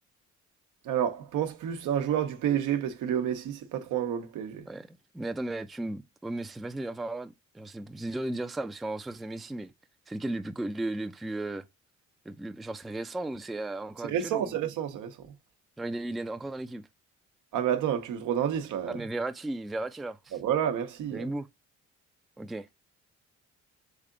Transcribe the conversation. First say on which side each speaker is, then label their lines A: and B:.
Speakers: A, on the right; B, in the centre.
A: Alors, pense plus un joueur du PSG parce que Léo Messi, c'est pas trop un joueur du PSG.
B: Ouais. Mais attends, mais tu me. ouais, mais c'est facile. Enfin, genre, c'est c'est dur de dire ça parce qu'en soi c'est Messi, mais c'est lequel le plus co- le, le plus euh, le plus- genre c'est récent ou c'est euh, encore
A: C'est
B: actuel
A: récent,
B: ou
A: c'est récent, c'est récent.
B: genre il est, il est encore dans l'équipe.
A: Ah, mais attends, tu veux trop d'indices là.
B: Ah mais Verratti, Verratti alors.
A: Bah voilà, merci.
B: Le hibou. Ok,